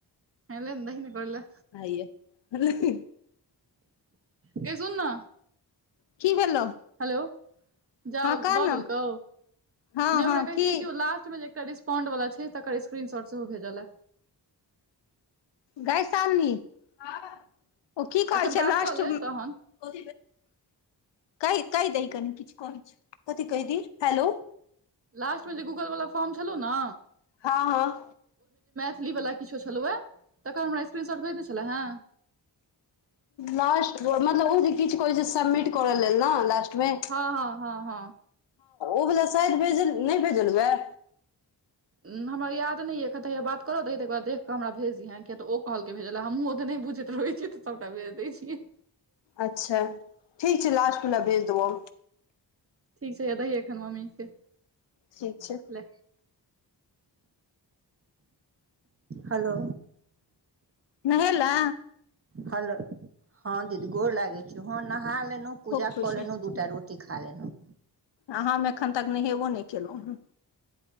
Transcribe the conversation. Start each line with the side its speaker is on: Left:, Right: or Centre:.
Right: हेले ने दहि नै गोर ले
Left: हैया हेले ने गे।
Right: गे सुन ना।
Left: की भेलौ।
Right: हेलो जाउ
Left: हँ कह
Right: दऽ
Left: ने
Right: देलकौ
Left: हँ
Right: नै
Left: हँ
Right: ओकरा कहतियै
Left: की
Right: कि ओ लास्ट मे जे के रिस्पोंड वला छै, तकर स्क्रीनशॉट सेहो भेजालै।
Left: गै शालनी, हां। ओ की कहै
Right: एखन
Left: छै
Right: बात
Left: लास्ट
Right: कऽ ले
Left: उम्म <unintelligible>
Right: तहन
Left: कही कैह दहि कनि किछ कहै छो, कथी कैह दी हेलौ।
Right: लास्ट मे जे गूगल वला फॉर्म छलौ नै।
Left: हां-हां।
Right: ली वला किछो छलौ ए। तकर हमरा स्क्रीनशॉट भेजने छले हेँ
Left: लास्ट मतलब उ जे किछ कहै छै सबमिट करऽ लेल ना लास्ट मे
Right: हां-हां-हां-हां।
Left: उ बला शायद भेजे नै भेजल वाए।
Right: उम्म हमरा याद नै या एखन ते हे या बात करे दहि तै के बाद देख क हमरा भेज दिहा किया तऽ ओ कहलके भेजैले हमु ओतने बु झेत रहै छी तऽ सबटा भेज दै छी।
Left: अच्छा, ठीक छै लास्टवला भेज देबौ।
Right: ठीक छै हे या दहि एखन मम्मी के।
Left: ठीक छै।
Right: ले हेलो।
Left: नहैला।
Right: हेलो हां दीदी गोर लागै छीयो, हां नहा लेलु,
Left: खूब
Right: पूजा
Left: खुश
Right: कऽ
Left: ह
Right: लेलु दूटा रो टी खा लेलु।
Left: आ हम एखन तक नहेबो नहि केलहुँ हेँ